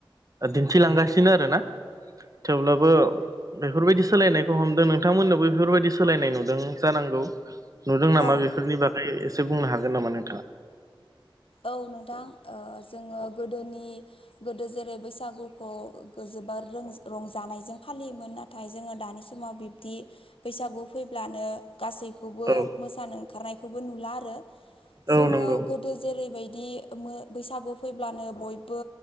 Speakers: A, on the right; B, on the left.
A: दिन्थिलांगासिनो आरो ना। थेवब्लाबो बेफोरबायदि सोलायनायखौ हमदों नोंथांमोननावबो बेफोरबायदि सोलायनाय नुदों जानांगौ। नुदों नामा
B: औ
A: बेफोरनि बागै एसे बुंनो हागोन नामा नोंथाङा?
B: औ नोंथां ओ जोङो गोदोनि गोदो जेरै बैसागुखौ जोबोर रों-रंजानायजों फालियोमोन ना थाय जोङो दानि समाव बिब्दि बैसागु फैब्लानो गासैखौबो
A: औ
B: मोसानो ओंखारनायखौबो नुला आरो
A: औ
B: जोङो
A: नंगौ
B: गोदो जेरैबायदि मो बैसागु फैब्लानो बयबो